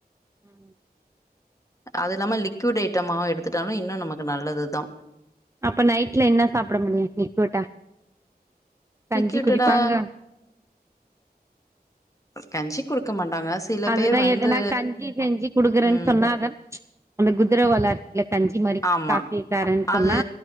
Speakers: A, on the right; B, on the left.
A: <inaudible>
B: அது இல்லாம லிக்விட் ஐட்டமாவு எடுத்துட்டாலு இன்னு நமக்கு நல்லதுதா
A: அப்ப நைட்ல என்ன சாப்ட முடியு நீ லிக்விட்டா கஞ்சி
B: லிக்விட்டடா
A: குடிப்பாங்க
B: கஞ்சி குடுக்க மாட்டாங்க சில
A: அதுதா
B: பேர் வந்து
A: எதுனா கஞ்சி செஞ்சு குடுக்குறேன்னு
B: ம்
A: சொன்னா அத அந்த குதிர வளர்ச்சியில கஞ்சி மாரி
B: ஆமா
A: காசிட்டாருன்னு சொன்னா
B: அது